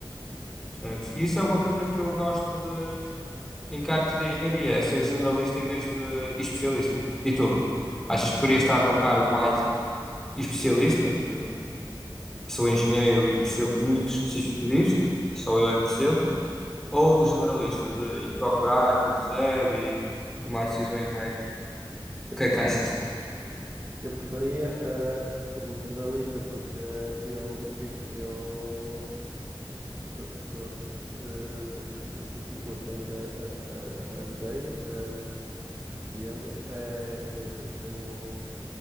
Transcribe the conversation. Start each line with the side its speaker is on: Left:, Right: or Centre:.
Centre: percebes? Isso é uma coisa que eu gosto de em cargos de engenharia, é ser generalista em vez de especialista. E tu? Achas que preferias estar num cargo mais especialista, de sou engenheiro e percebo muito específico disto, só eu é que percebo, Ou generalista, de ir procurar quem percebe e tomar decisões mais.
Right: Eu,
Centre: O que
Right: eu
Centre: é que achas?
Right: Eu preferia eh, o generalista porque eu, enfim, eu estou, estou eh, o, o curso em que eh, eh, andei eh, e ando é eh, como